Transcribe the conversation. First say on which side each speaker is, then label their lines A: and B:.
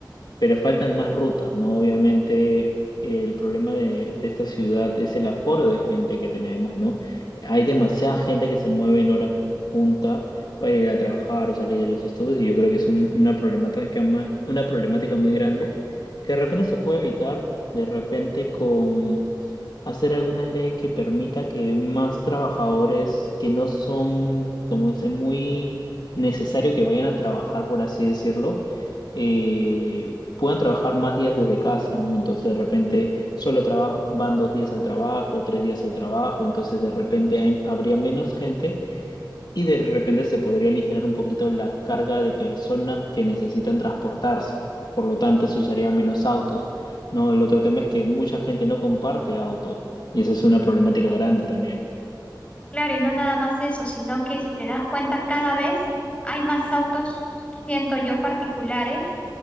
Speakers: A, on the left (about 70°); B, on the left (about 15°).
A: pero faltan más rutas, ¿no? Obviamente el problema de, de esta ciudad es el aforo de gente que tenemos, ¿no? Hay demasiada gente que se mueve en hora punta para ir a trabajar o salir de los estudios y yo creo que es un- una problemática, ma- una problemática muy grande que de repente se puede evitar, de repente con hacer alguna ley que permita que más trabajadores que no son, como dice, muy necesario que vayan a trabajar, por así decirlo, eh, puedan trabajar más días desde casa, ¿no? Entonces de repente solo trabaja- van dos días al trabajo, tres días al trabajo, entonces de repente hay- habría menos gente y de repente se podría aligerar un poquito la carga de personas que necesitan transportarse. Por lo tanto, se usaría menos autos, ¿no? El otro tema es que mucha gente no comparte auto y esa es una problemática grande también.
B: Claro, y no nada más eso, sino que si te das cuenta, cada vez hay más autos, siento yo, particulares